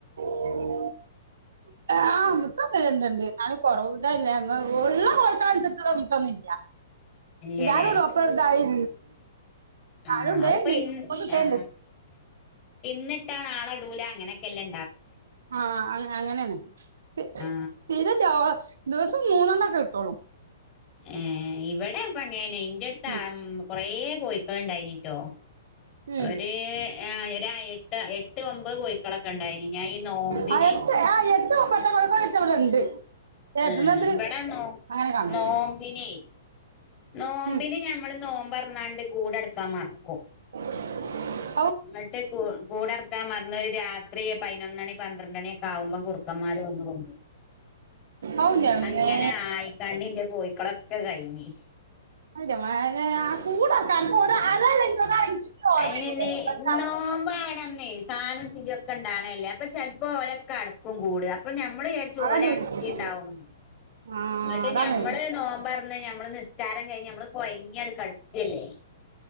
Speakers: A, on the right; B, on the left.
A: <inaudible> <unintelligible> <unintelligible>
B: ഇല്ലല്ലേ ആ
A: ആരും ഇടേണ്ട്
B: അതിപ്പോ ഇ
A: ഇപ്പൊ കിട്ടേണ്ട്
B: ആ ഇന്നിട്ടാ നാളെ ഡൂല അങ്ങനെക്കെ ല്ലേ
A: ആഹ അ അങ്ങനെയന്നെ <unintelligible>
B: ആ
A: ദിവസം മൂന്നെണ്ണം ക്കെ കിട്ടോളൂ
B: ഏ ഇവിടെ ഇപ്പ <unintelligible> ഇന്റടുത്ത്
A: ഉം
B: കൊറ കോയിക്കളക ൾ ഉണ്ടായിന്നിട്ടോ
A: ഉം
B: ഒരു ഏ എട്ട് എട്ടൊമ്പത്‌ കോഴിക്കളൊക്കെ ഉണ്ടായിന് ഞാനി ഈ നോമ്പിന
A: ആ
B: <unintelligible>
A: എട്ട് <unintelligible> എട്ടണത്
B: ഏ എവിടെ നോ
A: അങ്ങനെ കാണും
B: നോമ്പിനി നോമ്പിന്
A: ഉം.
B: ഞമ്മള് നോമ്പറന്നാണ്ട് കൂടെടുക്കാൻ മറക്കും
A: <inaudible>
B: എന്നിട്ട് കൂടടക്കാൻ മറന്നാരു രാത്രിപതിനൊന്നണി പന്ത്രണ്ട് മണി ക്കൊ ആകുമ്പൊകുറുക്കന്മാര് വന്ന് കൊണ്ടോകുംഅങ്ങനെ
A: ഔ രമേ
B: ആയിക്കാണ്ടിന്റെ കോയിക്കളൊക്കെ കഴിഞ്ഞി
A: <unintelligible> ഓർമ്മയില്ലേ
B: അയിനന്നെ
A: ഓർക്കാം
B: നോമ്പ ആണെന്നേ സാനും സിലുംയൊക്കെ ഉണ്ടാണല്ലേ അപ്പൊ ചെലപ്പോ ഓലെ പ്പും കൂടുംഅപ്പൊ മ്മള്ജാരിച്ചും
A: അതാ
B: ഓല്
A: ചോദിച്ചു
B: അടച്ചിണ്ടാവുംന്ന്
A: ആ
B: അങ്ങിട്ട്
A: അതാണ്
B: ഞമ്മള് നോമ്പറന്ന് ഞമ്മള് നിസ്കാരം കഴിഞ്ഞ് ഞമ്മള് കൊയങ്ങി ആക്കടുക്കല്ലേ